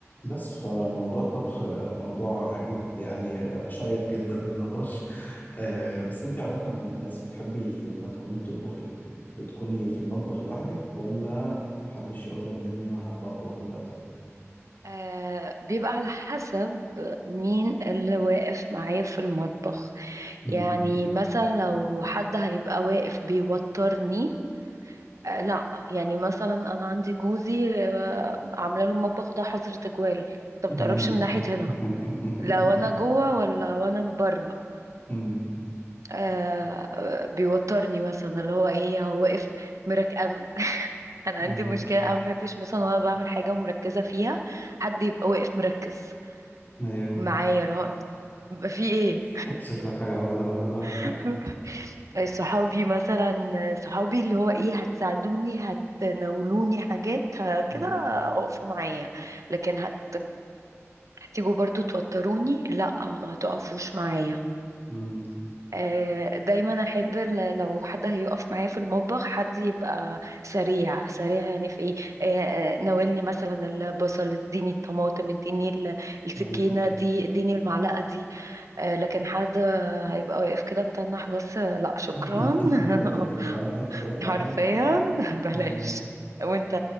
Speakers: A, on the left; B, on the right.
A: بس فموضوع الطبخ موضوع جد يعني شيق جدا للنقاش آه، بس انت عامة من الناس بتحبي ما تكوني بتطبخي بتكوني في المطبخ لوحدك ولا محدش يقرب مني وانا بطبخ دلوقتي
B: آه بيبقى على حسب مين اللي واقف معايا في المطبخ
A: مم.
B: يعني مثلا لو حد هيبقى واقف بيوترني آه لا يعني مثلا انا عندي جوزي آه عامله له المطبخ ده حظر تجوال انت
A: مم.
B: متقربش من ناحيه هنا
A: <laughs>
B: لو انا جوه ولا وانا بره
A: مم.
B: آه بيوترني مثلا اللي هو ايه هو واقف مركب <laughs> انا
A: مم.
B: عندي مشكله انا ما بحبش مثلا وانا بعمل حاجه ومركزه فيها حد يبقى واقف مركز
A: ايوه
B: معايا اللي هو بقى في ايه
A: <laughs> شوف لك حاجة اعملها بقى بدل
B: <laughs> صحابي مثلا صحابي اللي هو ايه هتساعدوني هتناولوني حاجات ه- كده
A: <laughs> مم.
B: اقفوا معايا لكن هت... هتيجوا برضو توتروني لا ما تقفوش معايا
A: مم.
B: آه، دايما احب ال- لو حد هيقف معايا في المطبخ حد يبقى سريع سريع يعني في ايه آه، آه، ناولني مثلا البصل اديني الطماطم اديني ال- السكينة
A: ايوه
B: دي اديني المعلقة دي آه، لكن حد هيبقى واقف كده متنح بس آه، لا شكرا
A: <laughs>
B: <laughs>
A: لا خليك بقى هناك بعيد
B: حرفيا
A: عني
B: بلاش
A: ايوه
B: وانت